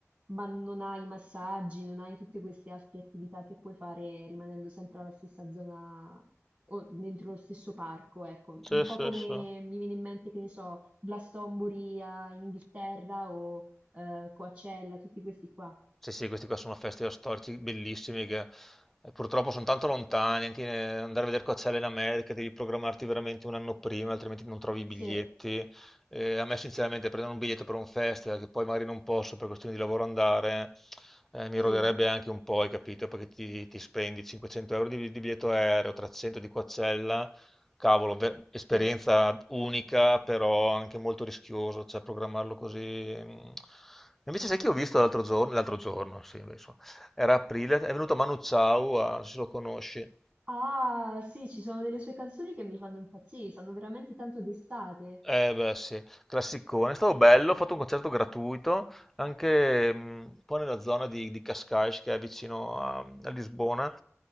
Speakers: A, on the right; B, in the centre.
A: ma non hai i massaggi, non hai tutte queste altre attività che puoi fare rimanendo sempre alla stessa zona o dentro lo stesso parco, ecco.
B: Sì,
A: Un po'
B: sì,
A: come
B: sì.
A: mi viene in mente, che ne so, Glastonbury a- in Inghilterra o eh, Coachella, tutti questi qua.
B: Sì, sì, questi qua sono festival storici bellissimi che eh, purtroppo sono tanto lontani, anche eh, andare a vedere Coachella in America devi programmarti veramente un anno prima, altrimenti non trovi i biglietti.
A: Se,
B: Eh, a me sinceramente prendere un biglietto per un festival che poi magari non posso per questioni di lavoro andare, eh, mi
A: se,
B: roderebbe anche un po', hai capito? Perché ti, ti spendi 500 euro di, di biglietto aereo, 300 di Coachella cavolo, ve- esperienza
A: se.
B: unica, però anche molto rischioso, cioè programmarlo così. mh. Invece sai che ho visto l'altro giorno, l'altro giorno, sì, adesso, era aprile, è venuto Manu Chao, a- non so se lo conosci.
A: Ah, sì, ci sono delle sue canzoni che mi fanno impazzire, sanno veramente tanto d'estate.
B: Eh beh sì, classicone, è stato bello, ho fatto un concerto gratuito anche mh, un po' nella zona di, di Cascais che è vicino a, a Lisbona.